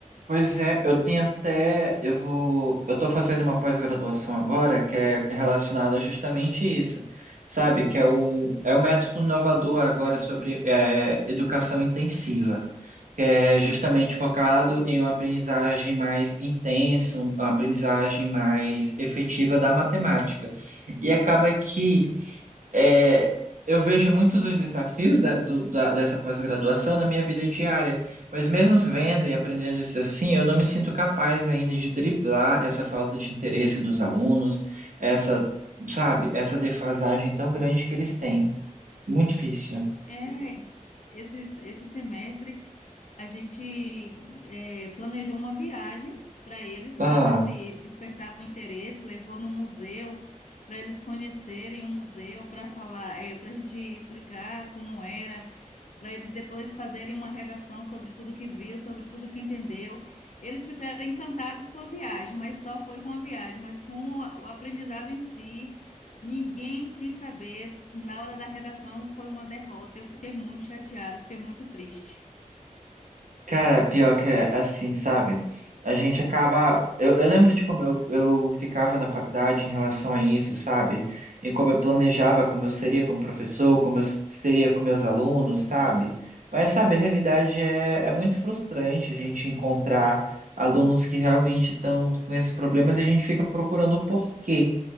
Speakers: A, on the right; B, on the left.
A: Pois é, eu tenho até, eu vou, eu tô fazendo uma pós-graduação agora que é relacionada justamente a isso, sabe? Que é o, é o método inovador agora sobre é, educação intensiva, que é justamente focado em uma aprendizagem mais intensa, um, uma aprendizagem mais efetiva da matemática. E acaba que é, eu vejo muitos dos desafios da- do- da- dessa pós-graduação na minha vida diária, mas mesmo vendo e aprendendo isso assim, eu não me sinto capaz ainda de driblar essa falta de interesse dos alunos, essa, sabe, essa defasagem tão grande que eles têm. Muito difícil.
B: É, é, esse, esse semestre A gente eh, planejou uma viagem para eles,
A: Ah.
B: para ver se despertava o interesse, levou no museu, para eles conhecerem o museu, para falar, para a gente explicar como era, para eles depois fazerem uma redação sobre tudo que viu, sobre tudo que entendeu. Eles ficaram encantados com a viagem, mas só foi com a viagem, mas com o o aprendizado em si, ninguém quis saber. Na hora da redação foi uma derrota. Eu fiquei muito chateada, fiquei muito triste.
A: Cara, pior que é assim, sabe? A gente acaba. Eu, eu lembro de como eu, eu ficava na faculdade em relação a isso, sabe? Em como eu planejava, como eu seria como professor, como eu seria com meus alunos, sabe? Mas, sabe, a realidade é, é muito frustrante a gente encontrar alunos que realmente estão com esses problemas e a gente fica procurando o porquê